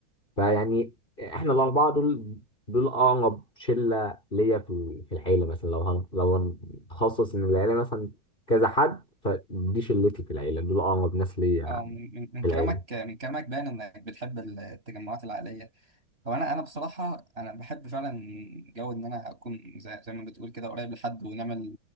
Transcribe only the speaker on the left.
فيعني احنا الاربعه دول دول اقرب شله ليا في في العيله مثلا لو هن- لو هنخصص ان العيله مثلا كذا حد فدي شلتي في العيله دول اقرب ناس ليا
في
العيله